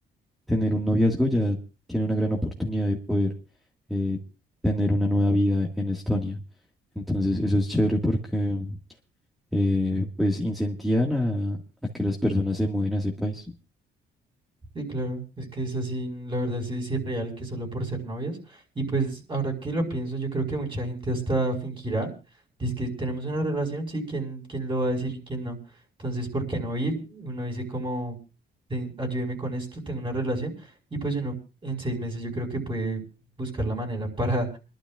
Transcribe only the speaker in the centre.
tener un noviazgo ya tiene una gran oportunidad de poder eh, tener una nueva vida en Estonia. Entonces, eso es chévere porque eh, pues incentivan a, a que las personas se mueven a ese país.